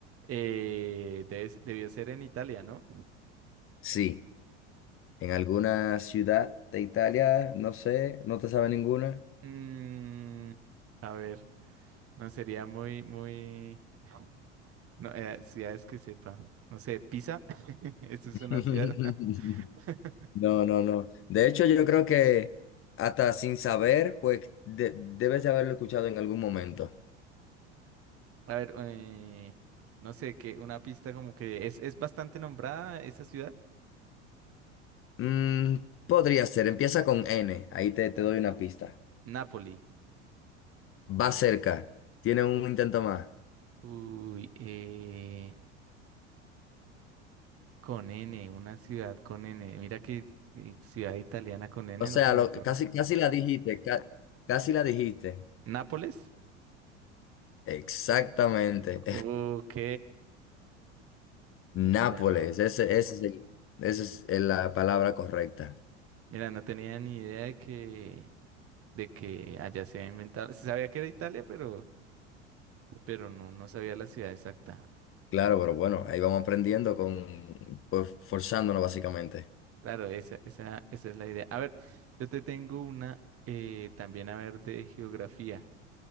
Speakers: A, on the right (about 40°); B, on the left (about 40°).
A: eh, debes- debió ser en Italia, ¿no?
B: sí, en alguna ciudad de Italia, no sé, no te sabe ninguna.
A: Mm, a ver, no sería muy, muy... <laughs> No, eh, ciudades que sepa. No sé, Pisa. <laughs> Eso es
B: <laughs>
A: una ciudad. <laughs>
B: No, no, no. De hecho, yo creo que hasta sin saber, pues de- debes de haberlo escuchado en algún momento.
A: A ver, eh, no sé, que una pista como que es, es bastante nombrada esa ciudad.
B: Mm, podría ser, empieza con N, ahí te, te doy una pista.
A: Nápoli.
B: Va cerca, tiene un intento más.
A: Uy, eh... Con N, una ciudad con N. Mira que eh, ciudad italiana con N
B: O sea,
A: no se me
B: lo,
A: ocurre.
B: casi, casi la dijiste, ca- casi la dijiste.
A: ¿Nápoles?
B: Exactamente.
A: Ok.
B: <laughs> Nápoles,
A: Mira, no.
B: ese, ese es el- esa es la palabra correcta.
A: Mira, no tenía ni idea de que, de que allá se había inventado. Se sabía que era Italia, pero, pero no, no sabía la ciudad exacta.
B: Claro, pero bueno, ahí vamos aprendiendo con, pues forzándonos básicamente.
A: Claro, esa, esa, esa es la idea. A ver, yo te tengo una eh, también, a ver, de geografía.